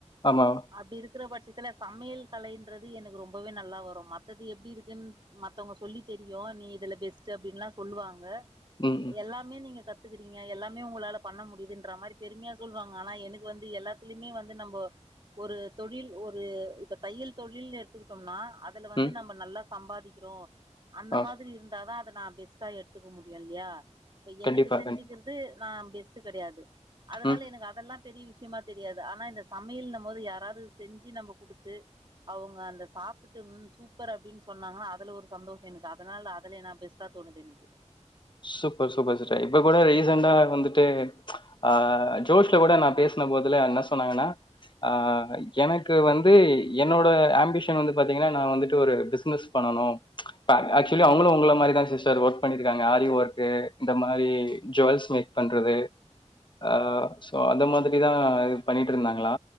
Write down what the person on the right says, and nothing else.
அப்டிருக்கிற பட்ச் த்துல சம்மியல் கலைன்றது எனுக் ரொம்போவே நல்லா வரு மத்தது எப்டிருக் தின் மத்தவொங்க சொல்லி தெரிய்யூ நீ இதுலெ பெஸ்ட் அப்டின்லா சொல்லுவாங்கெ
எல்லாமே நீங்கெ கத் துக்கறீங்கெ எல்லாமே உங்களாலெ பண்ண முடியுதுன்ற மாரி பெருமியா சொல்வாங்கெ அனா எனுக் வந்து எல்லாத்திலெமே வந்து நம்போ ஒரு தொழில் ஒரு இப்பொ தையல் தொழில் எடுத்துகிட்டோம்னா அதுல வந்து
நம்ப நல்லா சம்பாதிக்கிறோ அந்த
மாதிரிந்தாதா நா பெஸ்ட்டா எடுத்துக்கு முடியு இல்லியா இப்ப எனக்கு
செஞ்சிகிற்தூ
நா பெஸ்ட் கெடயாது அதனால
எனுக்கு அதெல்லா பெரீ விஷ் ஷிமா தெரியாது அனா இந்த சமியல்ந போது யாராது செஞ்சு நம்ப குடுத்து அவுங்க அந்தெ சாப்டுட்டு ம் சூப்பர் அப்டீன் சொன்னாங்கனா அதுல ஒரு சந்தோஷோ எனுக்கு அதனாலெ அதுலே நா பெஸ்ட்டா தோணுதென்க்கு